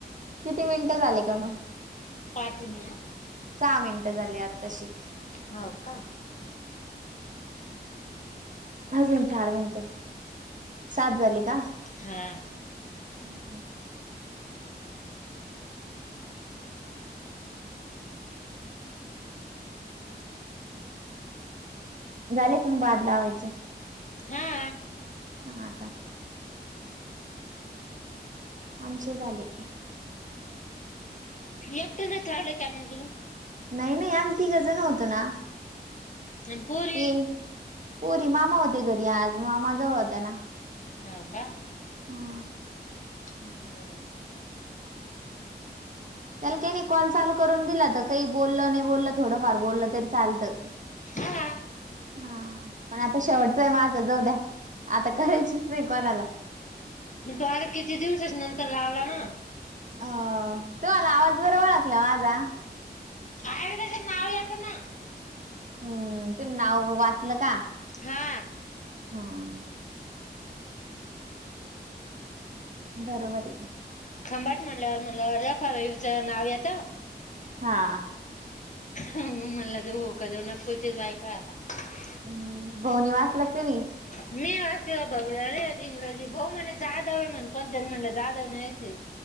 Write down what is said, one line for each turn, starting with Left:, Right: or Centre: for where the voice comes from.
Right: किती मिनिटं झाले का न.
Left: पाहते मी हा
Right: सहा मिनिटं झाली आताशि.
Left: होवका?
Right: अजून चार मिनट, सात झाली का?
Left: हा
Right: हम् हम. झालेक न बाद लावेचे
Left: हा.
Right: ह ह, का? आमचे झाले.
Left: एकटी नच लावले काय म्हण तू
Right: नाही नाही आम्ही तिघंजण होतो ना
Left: आणि पोरी
Right: ये. पोरी मामा होते घरी आज मामा जवळ होत्या ना.
Left: ह का?
Right: हा.
Left: हम् बर.
Right: त्याला काही नाही कॉल चालू करून दिला तर काही बोललं नाही बोललं थोडंफार बोललं तरी चालतं.
Left: हा
Right: हा पण आता शेवटचं आहे माझं जाऊ द्या. आता करायचीच नाही कोणाला
Left: म तो आता किती दिवसच नंतर लावला ना.
Right: अ तू आला आवाज बर ओळखला माझा
Left: आ त्याच नाव यत ना.
Right: हम्म ते नाव वाचल का
Left: हा
Right: हम. बरोबर आहे.
Left: खंबाट म्हणल्यावर म्हणलं अ खरचं नाव येत.
Right: हा.
Left: मग म्हणला ज हो का जो नकुलतीच बायको असेल आता
Right: हम् बवनी वास लागतेवी
Left: मी वाचली बरे इंग्रजी भाऊ म्हण जाधव आहे म्हणे कोणतरी म्हणलं जाधव नाहीय ते